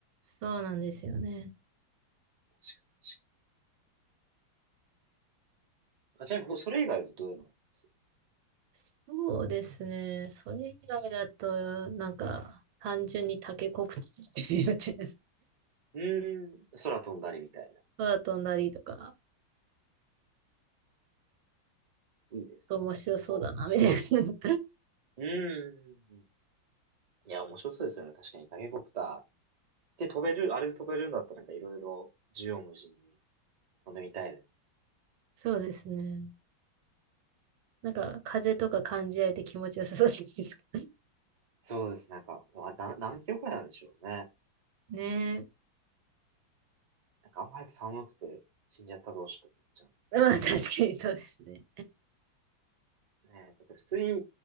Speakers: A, on the right; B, on the right.
A: そうなんですよね。
B: 確かに。確かにあ、ちなみに、ほそれ以外だとどういうのがあります
A: そうですね。それ以外だと、なんか、単純にタケコプターって言っちゃいます。
B: うーん。空飛んだりみたいな。
A: 空飛んだりとか、
B: いいですね。
A: 面白そうだな、
B: 結構。
A: みたいな。<laughs>
B: うーん。いや、面白そうですよね。確かに、タケコプター。で、飛べる、あれで飛べるんだったら、なんかいろいろ、縦横無尽に飛んでみたいですね。
A: そうですね。なんか、風とか感じられて気持ちよさそうじゃないですか。
B: そうです。なんか、まあな、何キロくらいなんでしょうね。
A: ね
B: なんかあんまり寒くて死んじゃったらどうしようとか思っちゃうんですけ
A: え。<laughs> まあ、確かにそうですね。
B: ど。ねえ、だって普通に、